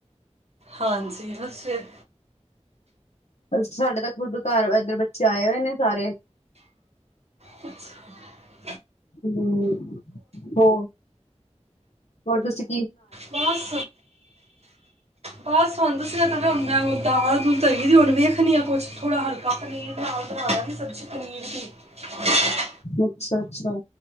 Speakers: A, on the right; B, on the left.
A: ਹਾਂਜੀ ਬਸ ਫਿਰ
B: ਸਾਡੇ ਤੱਕ ਖੁਦ ਘਰ ਏਧਰ ਬੱਚੇ ਆਏ ਹੋਏ ਨੇ ਸਾਰੇ
A: ਕੁਛ <unintelligible>
B: ਹੂ ਹੋ ਹੋਰ ਦਸੋ
A: ਬਸ ਬਸ ਹੁਣ <unintelligible> ਦਾਲ ਦੂਲ ਧਰੀ ਏ ਹੁਣ ਵੇਖਣੀ ਆਂ ਕੁਝ ਥੋੜਾ ਹਲਕਾ ਪਨੀਰ ਨਾਲ ਬਣਾ ਦਾਗੀ ਸਬਜ਼ੀ ਬਣਾਉਨੀ ਹਾਂ
B: ਅੱਛਾ -ਅੱਛਾ